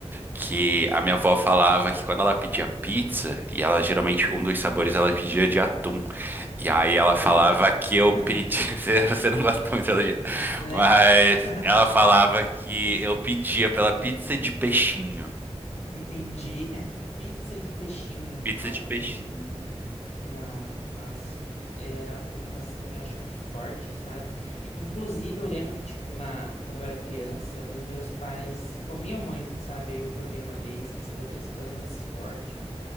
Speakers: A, on the right; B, on the left.
A: que a minha avó falava que quando ela pedia pizza, e ela geralmente um dos sabores ela pedia de atum. E aí ela
B: É.
A: falava que eu
B: <laughs>
A: pedi, <laughs> você você não gosta muito pelo jeito,
B: Bé.
A: mas
B: <laughs>
A: ela falava que eu pedia pela pizza de peixinho.
B: Entendi. Pizza de peixinho.
A: Pizza
B: Nossa,
A: de peixinho.
B: atum não. Não, nossa. É, atum, assim, eu acho muito forte, sabe? Inclusive, eu lembro que, tipo, na... quando eu era criança, os meus pais comiam muito, sabe? Aí eu provei uma vez e falei assim, meu Deus, que coisa mais forte.